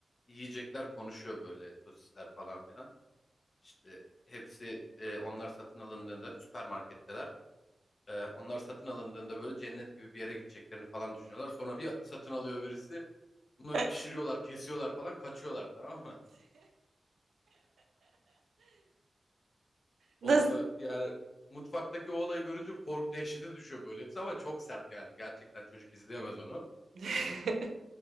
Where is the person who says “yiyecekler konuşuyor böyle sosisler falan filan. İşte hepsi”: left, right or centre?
Left